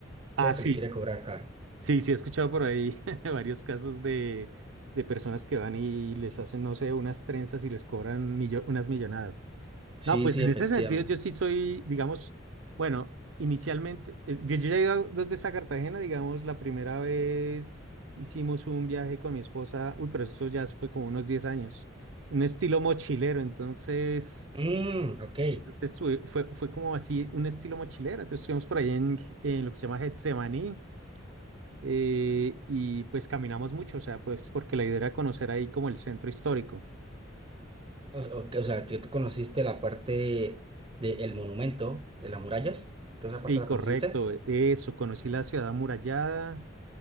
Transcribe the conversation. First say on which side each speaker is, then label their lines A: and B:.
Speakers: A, on the right; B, on the right.
A: Ah,
B: todo se
A: sí,
B: le quiere cobrar caro.
A: Sí, sí, he escuchado por ahí <laughs> varios casos de, de personas que van y les hacen, no sé, unas trenzas y les cobran millo- unas millonadas.
B: Sí,
A: No, pues
B: sí,
A: en
B: efectivamente.
A: este sentido yo sí soy, digamos, bueno, inicialmente, eh, yo, yo ya he ido dos veces a Cartagena, digamos, la primera vez hicimos un viaje con mi esposa, uy, pero eso ya fue como unos 10 años, un estilo mochilero, entonces
B: Mm, ok.
A: estuve- fue, fue como así, un estilo mochilero, entonces estuvimos por ahí en, en lo que se llama Getsemaní eh, y pues caminamos mucho, o sea, pues porque la idea era conocer ahí como el centro histórico.
B: O, ok, o sea, que tú conociste la parte del monumento, de las murallas. ¿Toda
A: Sí,
B: esa parte
A: correcto,
B: la conociste?
A: eso, conocí la ciudad amurallada